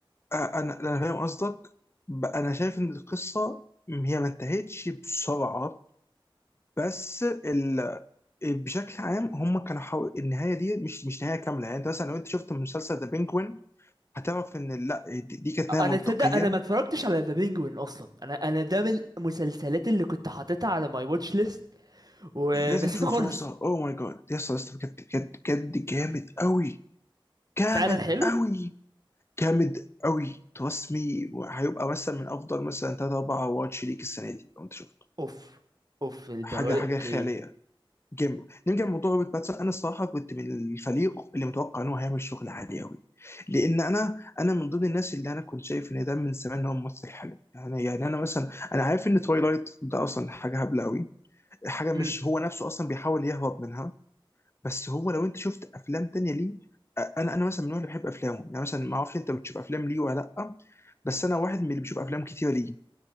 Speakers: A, on the left (about 30°); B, on the right (about 45°).
A: آه، انا انا فاهم قصدك ب- انا شايف ان القصه هي ما انتهتش بسرعه بس ال... بشكل عام هم كانوا حاول النهايه دي مش مش نهايه كامله يعني انت مثلا لو انت شفت مسلسل ذا بينجوين هتعرف ان لا دي, دي كانت نهايه
B: انا
A: منطقيه
B: تصدق انا ما اتفرجتش على ذا بينجوين اصلا انا انا ده من المسلسلات اللي كنت حاططها على ماي واتش ليست ونسيته
A: لازم تشوفه
B: خالص
A: يا اسطى اوه ماي جاد يا اسطى يا اسطى بجد بجد بجد جامد قوي جامد
B: فعلا حلو
A: قوي جامد قوي ترسمي هيبقى مثلا من افضل مثلا ثلاث اربع واتش ليك السنه دي لو انت شفته
B: اوف اوف الدرجه
A: حاجه حاجه
B: دي اوكي
A: خياليه جيم نرجع لموضوع روبرت باتسون انا الصراحه كنت من الفريق اللي متوقع ان هو هيعمل شغل عالي قوي لان انا انا من ضمن الناس اللي انا كنت شايف ان ده من زمان ان هو ممثل حلو يعني يعني انا مثلا انا عارف ان تويلايت ده اصلا حاجه هبله قوي حاجه مش
B: امم
A: هو نفسه اصلا بيحاول يهرب منها بس هو لو انت شفت افلام تانية ليه أ- انا انا مثلا من النوع اللي بحب افلامه يعني مثلا ما اعرفش انت بتشوف افلام ليه ولا لا بس انا واحد من اللي بيشوف افلام كتيره ليه